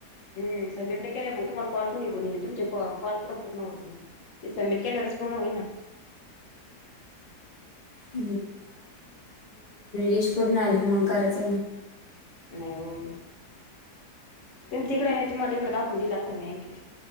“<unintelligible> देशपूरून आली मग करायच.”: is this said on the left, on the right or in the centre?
Left